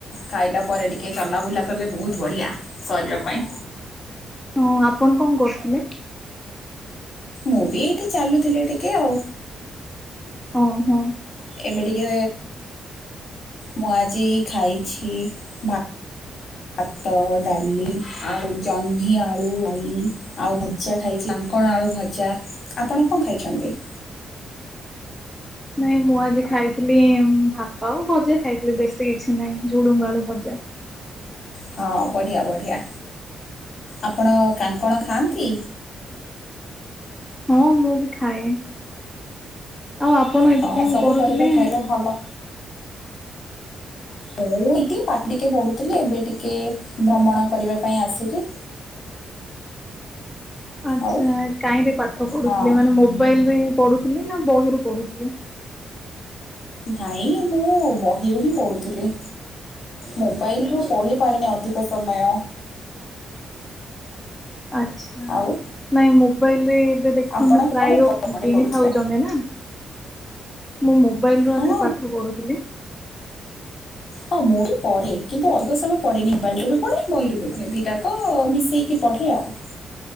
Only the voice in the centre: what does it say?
ହଁ ଆପଣ କଣ କରୁଥିଲେ?
ଓ ହଁ
ନାଇଁ ମୁଁ ଆଜି ଖାଇଥିଲି ଉଁ ଭାତ ଆଉ ଭଜା ଖାଇଥିଲି ବେଶୀ କିଛି ନାହିଁ ଝୁଡୁଙ୍ଗ ଆଳୁ ଭଜା।
ହଁ ମୁଁ ବି ଖାଏ। ଆଉ ଆପଣ
ଏବେ କଣ
କରୁଥିଲେ?
ଆଚ୍ଛା
କାହିଁରେ ପାଠ ପଢ଼ୁଥିଲେ
ମାନେ ମୋବାଇଲରେ ପଢ଼ୁଥିଲେ ନା ବହିରୁ ପଢ଼ୁଥିଲେ?
ଆଚ୍ଛା
ନାଇଁ ମୋବାଇଲ ରେ। ଏବେ ଦେଖନ୍ତୁ
ପ୍ରାୟ
ଉଁ କିଣିଥାଉଛନ୍ତି
ନା। ମୁଁ ମୋବାଇଲ ରୁ
ଆକା ପାଠ ପଢୁଥିଲି।